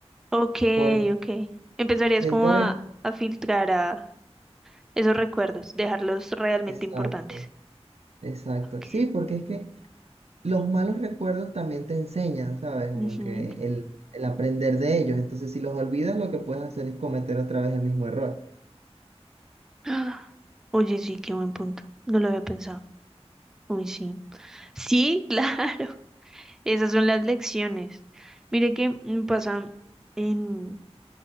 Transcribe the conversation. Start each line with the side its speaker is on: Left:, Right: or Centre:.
Centre: Ok,
Right: Porque
Centre: ok. Empezarías
Right: siento
Centre: como
Right: haber...
Centre: a, a filtrar a esos recuerdos, dejarlos realmente
Right: Exacto,
Centre: importantes.
Right: exacto.
Centre: Ok.
Right: Sí, porque es que... los malos recuerdos también te enseñan, ¿sabes? Como
Centre: ujú.
Right: que
Centre: <gasps>
Right: el, el aprender de ellos. Entonces, si los olvidas, lo que puedes hacer es cometer otra vez el mismo error.
Centre: Ah, Oye, sí, qué buen punto. No lo había pensado. Uy, sí. Sí, <laughs> claro. Esas son las lecciones. Mire que me pasa en,